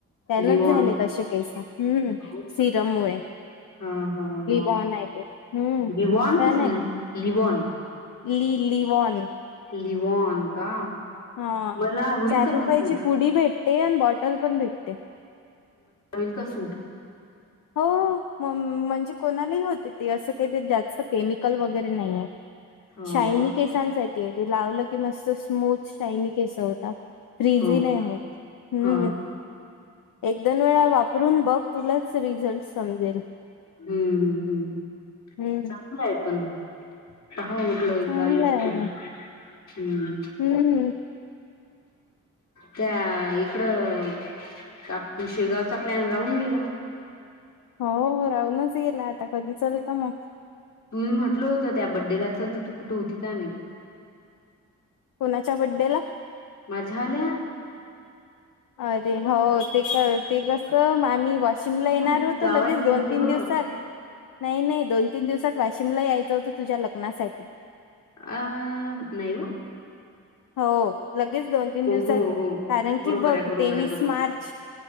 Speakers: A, on the left; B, on the left.
A: त्यानच
B: लिवॉन.
A: झाले कसे केस हम्म
B: हो.
A: सिरम मुळे
B: हां, हां,
A: बी
B: हां.
A: बॉनय त हम्म
B: लिवॉन
A: छानानय
B: की ल
A: त
B: लिवॉन?
A: लि लिवोन
B: लिववोन का
A: हा
B: मला होईल
A: चार
B: का
A: रुपयाची
B: पण सूट?
A: पुडी भेटते आणि बॉटल पण भेटते
B: म का सूट
A: हो म म्हणजे कोणालाही होते ते असं काही ते जास्त केमिकल वगैरे नाहीे
B: हो
A: शायनी
B: का?
A: केसांसाठी आहे ते लावलं की मस्त स्मूथ शायनी केस होता. फ्रीज
B: हो.
A: नाही होतम्
B: हां, हां.
A: एक दोन वेळा वापरून बघ तुला रिझल्ट समजेल
B: हम्म हम्म
A: हम्म
B: चांगलंय पण पहा उठल एकदा
A: चांगलं
B: युझ
A: आहे.
B: करून
A: हम्म
B: त्या इकडं तर आपण शेगावचा प्लॅन राहून गेला
A: हो राहूनच गेला आता कधी चलता मग
B: तुम्ही म्हटलं होतं त्या बड्डेला चल तर तू कुठं होती काय माती
A: कोणाच्या बड्डे ला
B: मजा आली ह
A: अरे हो ते ते कस आम् वाशिम
B: तू
A: ला येणार
B: कुठे
A: होतो
B: गावाला
A: लगेच
B: गेलती
A: दोन तीन
B: व.
A: दिवसात नाही नाही दोन तीन दिवसात वाशिमला यायचं होतं तुझ्या लग्नासाठी
B: अ नाय
A: हो लगेच दोन तीन दिवसात
B: हो हो
A: कारण
B: बरोबर
A: की बघ
B: आहे बरोबर
A: तेवीस
B: आहे बरोबर
A: मार्च
B: आहे.